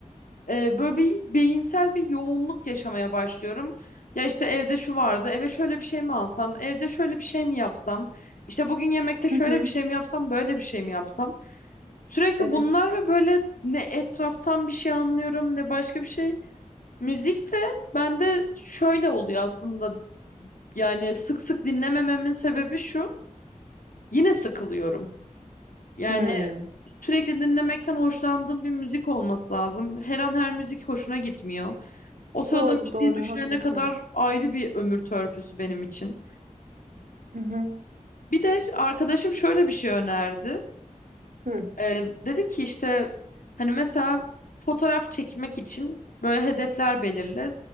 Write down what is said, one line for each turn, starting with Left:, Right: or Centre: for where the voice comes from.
Left: e, böyle bir beyinsel bir yoğunluk yaşamaya başlıyorum. Ya işte evde şu vardı, eve şöyle bir şey mi alsam, evde şöyle bir şey mi yapsam, işte bugün yemekte şöyle
Right: Hı hı.
Left: bir şey mi yapsam, böyle bir şey mi yapsam. Sürekli
Right: Evet.
Left: bunlar ve böyle ne etraftan bir şey anlıyorum ne başka bir şey. Müzik de bende şöyle oluyor aslında yani sık sık dinlemememin sebebi şu. Yine sıkılıyorum. Yani
Right: Hmm.
Left: sürekli dinlemekten hoşlandığım bir müzik olması lazım. Her an her müzik hoşuna gitmiyor. O sırada
Right: Doğru
Left: müziği
Right: doğru
Left: düşünene
Right: haklısın.
Left: kadar ayrı bir ömür törpüsü benim için.
Right: Hı hı.
Left: Bir de arkadaşım şöyle bir şey önerdi.
Right: Hı
Left: Ee, dedi ki işte hani mesela fotoğraf çekmek için böyle hedefler belirle.